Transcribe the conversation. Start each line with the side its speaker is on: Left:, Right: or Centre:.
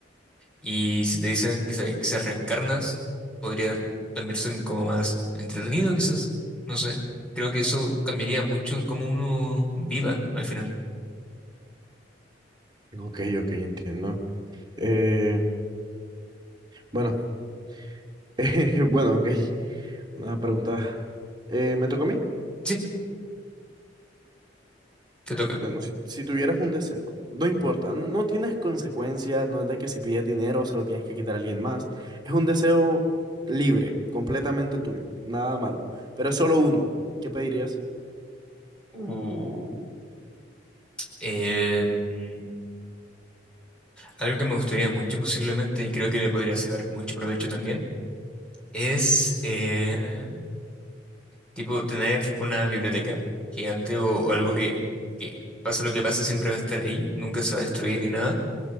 Centre: Y si te dicen que se, que se reencarnas, podría también ser como más entretenido, quizás. No sé. Creo que eso cambiaría mucho el cómo uno viva al final.
Right: Ok, ok, entiendo. Eh, bueno, <laughs> eh, bueno, ok. Una pregunta. Eh, ¿me toca a mí?
Centre: Sí, te toca.
Right: Bueno, si, si tuvieras un deseo, no importa, no tienes consecuencias, no es de que si pides dinero se lo tienes que quitar a alguien más. Es un deseo libre, completamente tuyo, nada malo, pero solo uno. ¿Qué pedirías?
Centre: Uh, em, algo que me gustaría mucho posiblemente y creo que le podría sacar mucho provecho también es em, tipo tener una biblioteca gigante o, o algo que, que pase lo que pase siempre va a estar ahí, nunca se va a destruir ni nada,